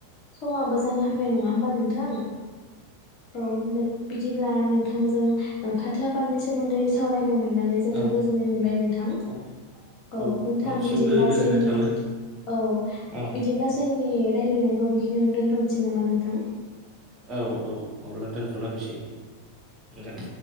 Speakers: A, on the left (about 40°); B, on the right (about 25°).
A: समाबो जाना होबाय
B: औ
A: नङा होमबा नोंथां? नोंथां औ बिदिब्ला नों नोंथांजों फाथो आबादनि सोमोन्दै सावरायनो मोन मोननानै जोबोर
B: औ
A: गोजोननाय मोनबाय नोंथां
B: औ
A: औ
B: नोंथांनिसिमबो
A: नोंथां बिदिब्ला
B: गोजोननाय
A: जोंनि
B: थाबाय
A: औ
B: औ
A: बिदिब्ला ज जोंनि रायजलायनायखौ बेखिनियावनो दोनथ'नोसै नामा नोंथां?
B: औ औ अब्ला दोनथ'लायसै दे